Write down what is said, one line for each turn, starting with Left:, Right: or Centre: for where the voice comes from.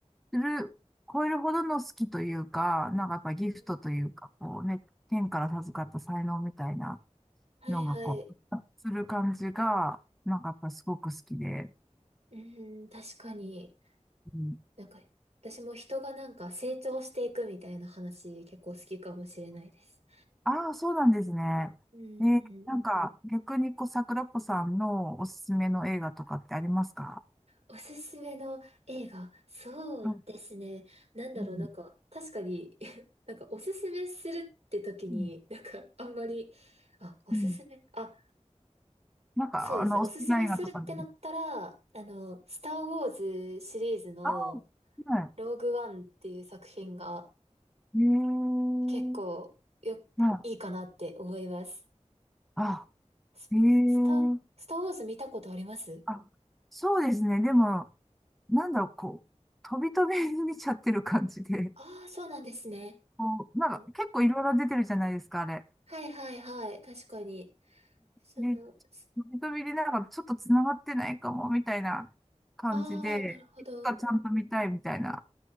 Centre: る、超えるほどの好きというか、なんかやっぱギフトというか、
Right: ん
Centre: こうね、天から授かった才能みたいな
Right: はいはい。
Centre: のがこう、する感じが、なんかやっぱすごく好きで、
Right: うーん、確かに。
Centre: うん
Right: なんか、私も人がなんか成長していくみたいな話結構好きかもしれないです。
Centre: ああ、そうなんですね。
Right: うーん、
Centre: えーなんか、逆にこう、桜子さんのおすすめの映画とかってありますか
Right: おすすめの映画。そうですね。
Centre: うん
Right: なんだろう、
Centre: うん
Right: なんか、確かに <laughs> なんかおすすめするって時に、
Centre: うん
Right: なんかあんまり、あ、おすすめ、
Centre: うん
Right: あ、
Centre: なんか、
Right: そうですね。
Centre: あの、
Right: おすすめするってなったら、
Centre: お好きな映画とかで。
Right: あの、スター・ウォーズシリーズの
Centre: ああ、は
Right: ローグワンっていう作品が
Centre: い。えー、
Right: 結構よ、
Centre: はい。
Right: いいかなって思います。
Centre: あ、
Right: ス、
Centre: えー、
Right: スタ、スターウォーズ見たことあります
Centre: あ、そうですね。でも、なんだろう、こう、飛び飛びに見ちゃってる感じで、
Right: ああ、そうなんですね。
Centre: こう、なんか、
Right: うん。
Centre: 結構いろいろ出てるじゃないですか、あれ。
Right: はいはいはい。確かに。その、
Centre: ね、
Right: す
Centre: 飛びでなんかちょっと繋がってないかも、みたいな感じで、
Right: ああ、なるほど。
Centre: いつかちゃんと見たいみたいな
Right: うん。